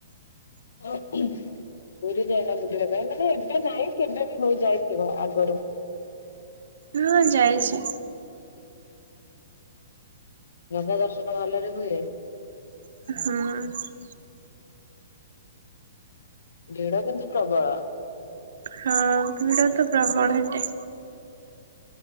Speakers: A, on the left; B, on the right.
A: ଉଁ ଉହୁଁ ପୁରୀ ଯାଇନା ବୁଲିବା ପାଇଁ ମାନେ ଏବେ ନାଇଁ କେବେ ବି ହଉ ଯାଇଥିବ ଆଗରୁ।
B: ହଁ ଯାଇଚି।
A: ଜଗା ଦର୍ଶନ ଭଲରେ ହୁଏ?
B: ହଁ।
A: ଭିଡ କିନ୍ତୁ ପ୍ରବଳ।
B: ହଁ ଭିଡ ତ ପ୍ରବଳ ହେଇଟାଏ।